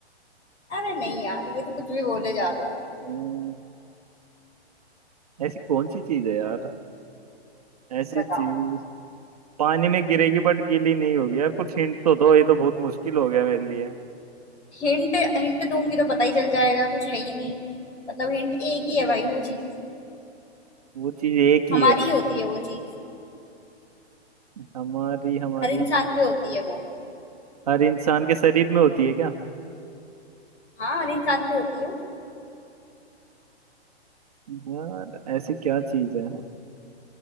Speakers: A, on the left; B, on the right.
A: अरे नहीं यार ये तो कुछ भी बोले जा रहे हो
B: फिर। ऐसी कौन सी चीज है यार ऐसी
A: बताओ
B: चीज पानी में गिरेगी बट गीली नहीं होगी यार कुछ हिंट तो दो ये तो बहुत मुश्किल हो गया मेरे लिए
A: हिंट हिंट दूंगी तो पता ही चल जाएगा कुछ है ही नहीं मतलब हिंट एक ही है भाई वो चीज
B: वो चीज एक ही
A: हमारी
B: है
A: ही होती है वो चीज
B: हमारी हमारी
A: हर इंसान
B: हमारी
A: पे होती है वो
B: हर इंसान के शरीर में होती है क्या
A: हाँ हर इंसान पे होती है वो।
B: यार ऐसी क्या चीज है